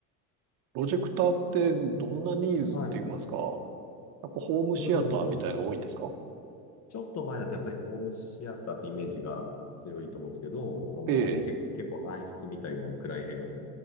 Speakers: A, on the right (about 50°); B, on the left (about 35°).
A: プロジェクターってどんなニーズって言いますか
B: い。はい。
A: やっぱホームシアターみたいなのが多いんですか
B: うんちょっと前だとやっぱりホームシアターってイメージが強いと思うんですけど、そのけ、
A: ええ、
B: 結構暗室みたいな暗い部屋で